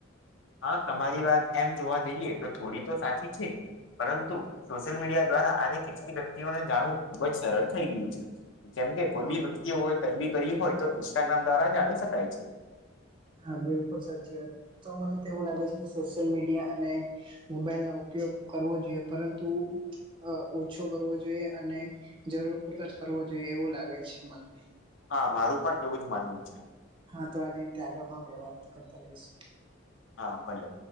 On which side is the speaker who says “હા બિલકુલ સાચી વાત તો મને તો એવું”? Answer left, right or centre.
Right